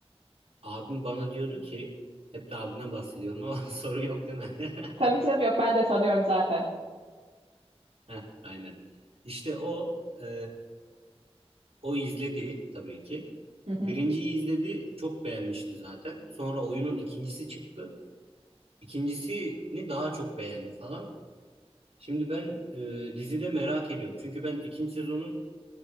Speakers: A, on the right (about 70°); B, on the right (about 80°).
A: abim bana diyordu ki hep de abimden bahsediyorum ama <laughs> sorun yok değil mi? <laughs>
B: Tabii canım yok. Ben de tanıyorum zaten.
A: Heh, aynen. İşte o e, O izledi tabii ki.
B: Hı hı.
A: Birinciyi izledi, çok beğenmişti zaten. Sonra oyunun ikincisi çıktı. İkincisini daha çok beğendi falan. Şimdi ben e, dizide merak ediyorum. Çünkü ben ikinci sezonun